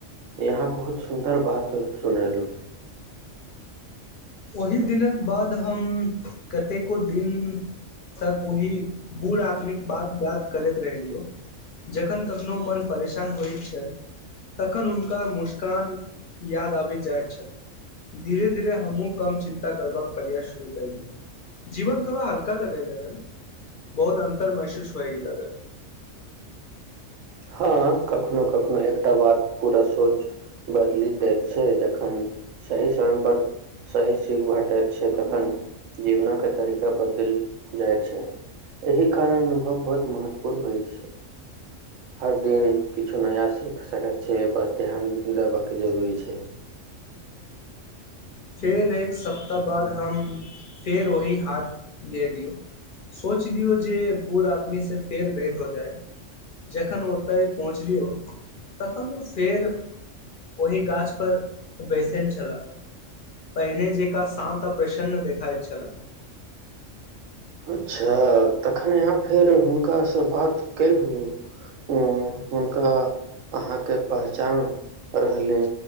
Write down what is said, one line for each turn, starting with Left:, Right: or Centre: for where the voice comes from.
Right: यहााँ बहुत सुन्दर बात सुनेलहुँ
Left: ओहिी दिनक बाद हम कतेको दिन तक ओहि बूढ़ आदमीक बात याद करैत रहलियौ जखन कखनो मन परेशान होइत छलनि तखन हुनका मुस्कान याद आबैत जाइत छनि धीरे धीरे हमहूँ कम चिन्ता करबाक प्रयास शुरू कलिय जीवन थोड़ा हल्का लगे लगन बहुत अन्तर महसूस होय लगन
Right: हँ कखनो कखनो एकटा बात पूरा सोच बदलि दैत छै जखन सही समयपर सही सीख भेटैत छै तखन जीवनके तरीका बदलि जाइत छै एहि कारण अनुभव बहुत महत्वपूर्ण होइत छै हर दिन किछु नया सीख सकय छै बस ध्यान दे बाकी जरूरी छै
Left: फेर एक सप्ताह बाद हम फेर ओहि हाट गेलियौ सोच लियौ जे बूढ़ आदमीसँ फेर भेँट हो जाय जखन ओतय पहुँचलियौ तखन ओ फेर ओह गाछपर बैसने छलह पहिने जेका शान्त आ प्रसन्न देखाइत छलह
Right: अच्छा तखन यहाँ फेर हुनका से बात केलहु उ हुनका अहाँके पहचान रहलनि